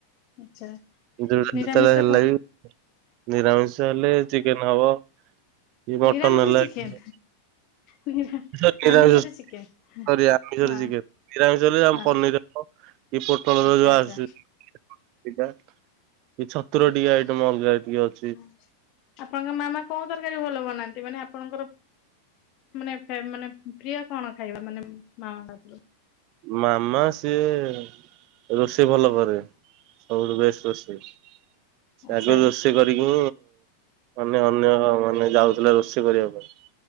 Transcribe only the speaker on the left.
ଆଚ୍ଛା।
ନିରାମିଷ
କ
ନିରାମିଷରେ
ଚିକେନ
ନିରା
ଆମିଷରେ
ଚିକେନ
ହଁ
ହଁ
ଆଚ୍ଛା
ଆଚ୍ଛା
ହୁଁ ଆପଣଙ୍କ ମାମା କୋଉ ତରକାରୀ ଭଲ ବନାନ୍ତି? ମାନେ ଆପଣଙ୍କର ମାନେ ମାନେ ପ୍ରିୟ କଣ ଖାଇବା ମାନେ ମାମାଙ୍କ ହାତରୁ?
ଆଚ୍ଛା